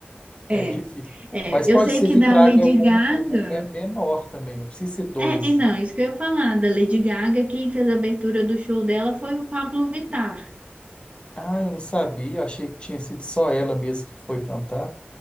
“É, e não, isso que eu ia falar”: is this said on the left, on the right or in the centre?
Right